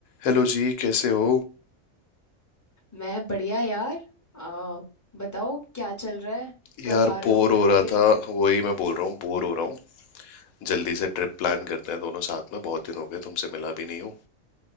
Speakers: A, on the left; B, on the left.
A: Hello ji कैसे हो
B: मैं बढ़िया यार आ, बताओ क्या चल रहा है
A: यार
B: कब आ रहे
A: बोर
B: हो यहाँ
A: हो रहा
B: पे
A: था वही मैं बोल रहा हूँ बोर हो रहा हूँ जल्दी से ट्रिप प्लान करते हैं दोनों साथ में बहुत दिन हो गए तुमसे मिला भी नहीं हूँ